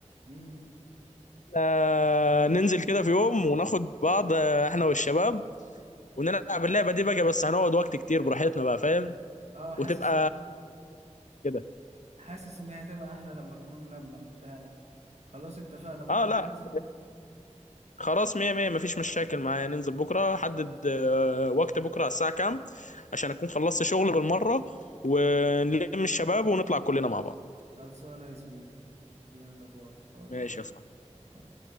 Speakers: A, on the right; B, on the left.
A: امم
B: آه، ننزل كده في يوم وناخد بعض آه، احنا والشباب ونلعب اللعبه دي بقى بس هنقعد وقت كتير براحتنا بقى فاهم
A: اه حاسس
B: وتبقى
A: ان
B: كده
A: حاسس ان هي هتبقى احلى لما تكون لمة فعلا خلاص اتفقنا بكرة
B: اه لا
A: ننزل
B: خلاص مية مية مفيش مشاكل معايا ننزل بكرة حدد آه، وقت بكرة على الساعة كام عشان أكون خلصت شغل بالمرة ونلم الشباب ونطلع كلنا مع بعض
A: خلصانة يا زميلي يلا باي باي
B: ماشي
A: باي
B: يا صاحبي
A: باي.